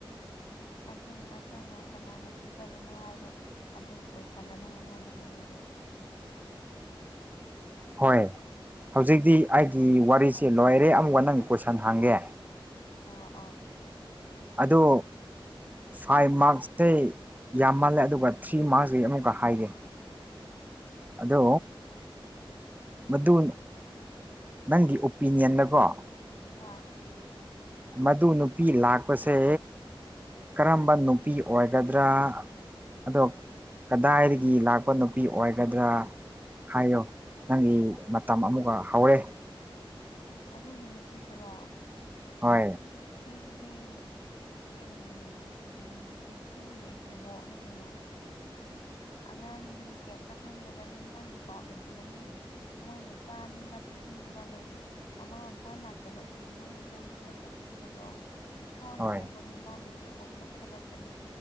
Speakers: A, on the left (about 70°); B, on the right (about 20°).
A: ꯑꯅ ꯀꯅꯥꯅ ꯄꯤꯖꯕꯅꯣ ꯍꯥꯏꯅ ꯑꯗꯨ ꯀꯣꯏꯁꯟꯂ ꯅꯪ ꯑꯩꯉꯣꯟꯗ ꯍꯪꯗꯣꯏꯁꯦ
B: ꯍꯣꯏ ꯍꯧꯖꯤꯛꯇꯤ ꯑꯩꯒꯤ ꯋꯥꯔꯤꯁꯦ ꯂꯣꯏꯔꯦ ꯑꯃꯨꯛꯀ ꯅꯪ ꯀꯣꯏꯁꯟ ꯍꯥꯡꯒꯦ
A: ꯍꯥꯥ ꯑ
B: ꯑꯗꯣ ꯐꯥꯏꯚ ꯃꯥꯔꯛꯁꯁꯦ ꯌꯥꯝ ꯃꯥꯜꯂꯦ ꯑꯗꯨꯒ ꯊ꯭ꯔꯤ ꯃꯥꯔꯛꯁꯀꯤ ꯑꯃꯨꯛꯀ ꯍꯥꯏꯒꯦ ꯑꯗꯣ ꯃꯗꯨꯀꯦ ꯅꯪꯒꯤ ꯑꯣꯄꯤꯅꯤꯌꯟꯗꯀꯣ
A: ꯍꯣꯏ
B: ꯃꯗꯨ ꯅꯨꯄꯤ ꯂꯥꯛꯄꯁꯦ ꯀꯔꯝꯕ ꯅꯨꯄꯤ ꯑꯣꯏꯒꯗ꯭ꯔꯥ ꯑꯗꯣ ꯀꯗꯥꯏꯗꯒꯤ ꯂꯥꯛꯄ ꯅꯨꯄꯤ ꯑꯣꯏꯒꯗ꯭ꯔꯥ ꯍꯥꯏꯌꯣ ꯅꯪꯒꯤ ꯃꯇꯝ ꯑꯃꯨꯛꯒ ꯍꯧꯔꯦ
A: ꯑꯗꯨꯒꯤ ꯅꯨꯄꯤꯗꯨꯔꯣ
B: ꯍ
A: ꯑꯗꯨꯒꯤ ꯅꯨꯄꯤꯗꯨꯗꯤ ꯑꯦ ꯑꯗꯨꯗꯤ ꯁꯨꯒꯦ ꯁꯤꯦꯕꯣꯛꯝꯃꯦ ꯀꯩꯅꯣ ꯑꯉꯥꯡꯗꯤ ꯀꯩꯝꯇ ꯈꯪꯗꯕꯅꯤ ꯃꯥꯥꯡꯒꯤ ꯄꯥꯞ ꯂꯩꯇꯕꯅꯤ ꯃꯣꯏꯅ ꯆꯥꯅꯤꯡꯕ ꯊꯛꯅꯤꯡꯕ ꯂꯩ ꯃꯃꯥ ꯃꯄꯥ ꯂꯥꯛꯇꯕꯒꯤ ꯃꯣꯏꯅ ꯆꯥꯅꯤꯡꯕ ꯊꯛꯅꯤꯡꯕꯗꯣ ꯏꯁꯣꯔꯅ
B: ꯍꯣꯏ
A: ꯎꯕꯒꯤ ꯃꯥꯒꯤ ꯁꯦꯕꯣꯛꯄꯨ ꯊꯥꯔꯛꯄꯅꯦ